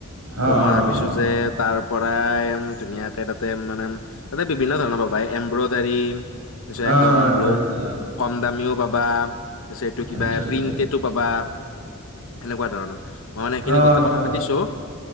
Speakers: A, on the left; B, on the right.
A: ত'
B: অঁ
A: মই
B: অঁ
A: ভাবিছো
B: অঁ অঁ
A: যে তাৰ পৰাই ধুনীয়াকে তাতে মানে তাতে বিভিন্ন ধৰণৰ পায় এম্ব্ৰইডাৰী তাৰপিছত
B: অঁ
A: একদম
B: অঁ এমব্ৰইডাৰী
A: লক
B: অঁ
A: কম দামিও পাবা পিছে এইটো কিবা
B: আচ্ছা আচ্ছা
A: প্ৰিণ্টেডতো পাবা। সেনেকুৱা ধৰণৰ মই মানে সেইখিনি
B: অঁ
A: গোতেই
B: আচ্ছা
A: কথা পাতিছো,